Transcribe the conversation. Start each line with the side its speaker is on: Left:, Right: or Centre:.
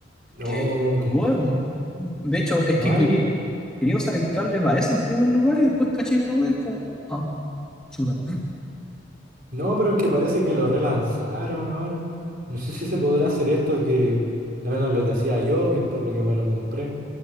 Right: Oh,
Centre: eh, no
Right: qué,
Centre: puedo. De hecho, es
Right: qué mal.
Centre: que quería, quería usar el cable para eso en primer lugar y después caché que no puedes como, ah, chuta.
Right: No, pero es que parece que lo relanzaron ahora. No sé si se podrá hacer esto que, al menos lo que hacía yo, que es por lo que me lo compré.